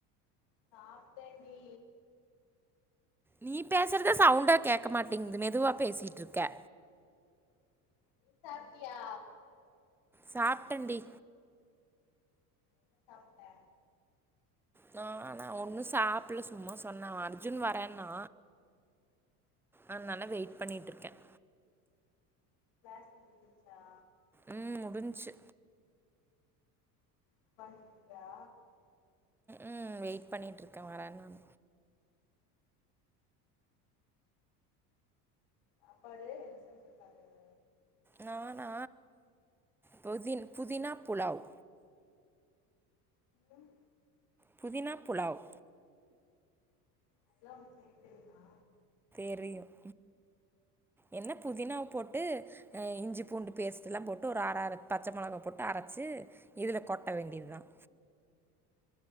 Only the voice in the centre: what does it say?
நீ பேசுறத சவுண்டா கேட்கமாட்டேங்குது மெது மெதுவா பேசிட்டு இருக்கே
சாப்ட்டண்டி
நா நான ஒண்ணும் சாப்பிடல சும்மா சொன்னேன் அர்ஜுன் வரேன்னா அதுனால வெயிட் பண்ணிட்டு இருக்கேன்
உம் முடிஞ்சு
உம் வெயிட் பண்ணிட்டுருக்கேன் வரேன் நான
நானா புதின் புதினா புலாவ்
புதினா புலாவ்
தெரியும் என்ன புதினாவ போட்டு இஞ்சு பூண்டு பேஸ்ட் எல்லா போட்டு ஒரு அர அர பச்சை மிளகு போட்டு அரைச்சு இதுல கொட்ட வேண்டியது தான்